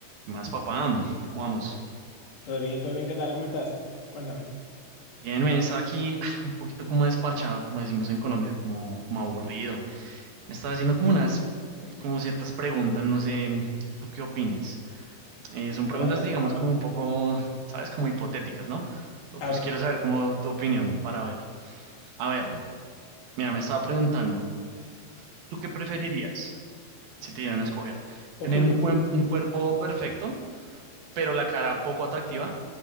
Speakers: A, on the right; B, on the left.
A: Más papá, ¿cómo vamos?
B: Todo bien, todo bien, ¿qué tal? ¿Cómo estás? Cuéntame.
A: Bien, me estaba aquí ah, un poquito como desparchado, como decimos en Colombia, como, como aburrido. Me estaba haciendo como unas, como ciertas preguntas, no sé, ¿tú qué opines? Eh, son preguntas,
B: A ver,
A: digamos,
B: a ver.
A: como un poco, ¿sabes? Como hipotéticas, ¿no? Pero, Pues
B: A ver,
A: quiero saber como tu opinión para ver. A ver, mira, me estaba preguntando, ¿tú qué preferirías si te dieran a escoger?
B: te
A: ¿Tener
B: escucho.
A: un, cuen- un cuerpo perfecto, pero la cara poco atractiva?